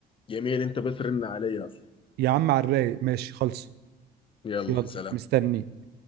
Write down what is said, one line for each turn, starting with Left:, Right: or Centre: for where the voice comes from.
Left: جميل انت بس رن علي اصلا
Right: يا عم على الرايق ماشي خلص
Left: يلا
Right: يلا
Left: سلام
Right: مستنيك